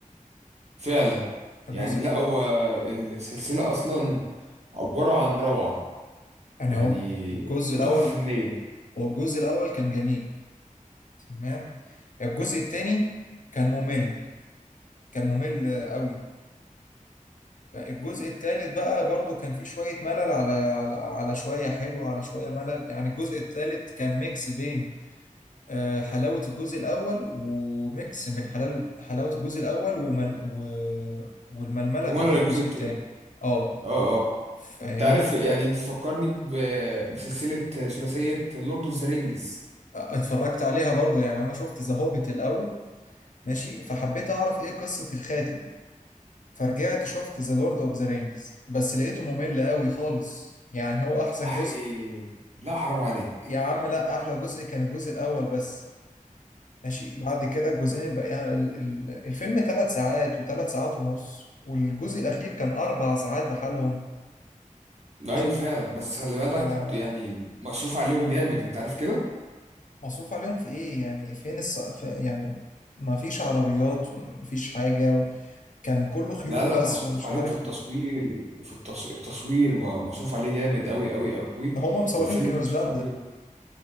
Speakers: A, on the right; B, on the left.
A: فعلا
B: الجزء
A: يعني لا
B: الأول
A: هو السلسلة أصلا عبارة عن روعة
B: يعني
A: يعني
B: هو الجزء
A: وتحفة
B: الأول
A: فنية
B: هو الجزء الأول كان جميل تمام الجزء التاني كان ممل كان ممل أوي يعني الجزء الثالث بقى برضو كان فيه شوية ملل على على على شوية حلو على شوية ملل يعني الجزء الثالث كان ميكس بين آه، حلاوة الجزء الأول وميكس من حلال حلاوة الجزء الأول ومل و... والململة
A: وماله
B: بتاعت الجزء
A: الجزء التاني
B: الثاني اه
A: اه اه
B: فاهمني
A: تعرف يعني بتفكرني ب- بسلسلة ثلاثية لورد اوف ذا رينجز
B: آه، اتفرجت عليها برضو يعني أنا شفت ذا هوبيت الأول ماشي فحبيت أعرف إيه قصة الخاتم فرجعت شفت ذا لورد أوف ذا رينجز بس لقيته ممل قوي خالص يعني هو أحسن
A: احي
B: جزء
A: لا حرام عليك
B: يا عم لا احلى جزء كان الجزء الاول بس ماشي بعد كده الجزئين الباقيين ال- ال- الفيلم ثلاث ساعات وثلاث ساعات ونص والجزء الاخير كان اربع ساعات بحالهم
A: لا
B: مش
A: ايوه فعلا بس خلي بالك
B: آه،
A: يعني مصروف عليهم جامد انت عارف كده
B: مصروف عليهم في ايه يعني فين الص... في يعني ما فيش عربيات ما فيش حاجة و... كان كله خيول
A: لا لا
B: بس
A: مصروف
B: ومش
A: عليهم
B: عارف
A: في التصوير
B: ايه
A: وفي التص... التصوير م- مصروف عليه جامد قوي قوي قوي
B: ده هما مصورين
A: والفيلم
B: في نيوزيلندا
A: مصروف عليه